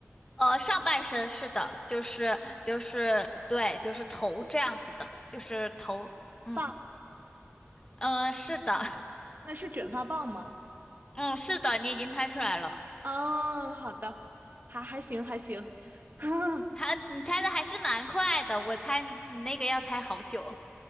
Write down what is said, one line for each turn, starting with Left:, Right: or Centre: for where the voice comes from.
Left: 呃，上半身是的，就是就是对，就是头这样子的，就是头，嗯
Right: 发，
Left: 嗯、呃是的，
Right: 那是卷发棒吗？
Left: <laughs> 嗯是的，你已经猜出来了，
Right: 哦，好的，还还行还行。<laughs>
Left: 还你猜的还是蛮快的，我猜你那个要猜好久，